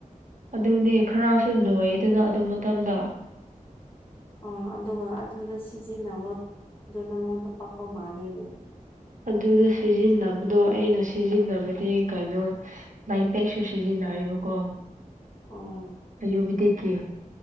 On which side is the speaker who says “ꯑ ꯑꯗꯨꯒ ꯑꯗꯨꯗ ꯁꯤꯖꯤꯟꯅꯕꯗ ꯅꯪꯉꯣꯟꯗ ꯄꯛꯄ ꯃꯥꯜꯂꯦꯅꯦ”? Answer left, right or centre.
Left